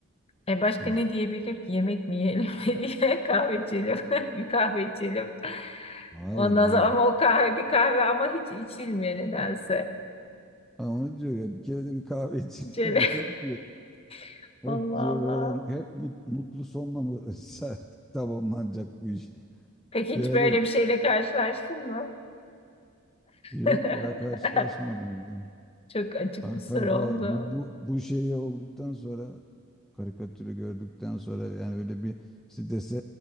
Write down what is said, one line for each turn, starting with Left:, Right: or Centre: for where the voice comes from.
Left: E başka
Centre: Hani
Left: ne diyebilir ki? Yemek mi yiyelim <laughs> diye kahve içelim. <laughs> Bir kahve içelim.
Centre: hayır
Left: Ondan
Centre: yani
Left: sonra ama o kahve bir kahve ama hiç içilmiyor nedense.
Centre: Ha, onu diyor ya bir kere de bir kahve içelim
Left: Şöyle.
Centre: <laughs> diye hep diyor.
Left: <laughs>
Centre: Hep
Left: Allah
Centre: diyor
Left: Allah.
Centre: böyle hep mut- mutlu sonla mı <laughs> tamamlanacak bu iş?
Left: Peki
Centre: Yani
Left: hiç böyle bir şeyle karşılaştın mı?
Centre: yok
Left: <laughs>
Centre: ya karşılaşmadım ya.
Left: Çok açık
Centre: Ka-
Left: bir soru
Centre: Kanka
Left: oldu.
Centre: bu, bu, bu şeyi olduktan sonra karikatürü gördükten sonra yani öyle bir strese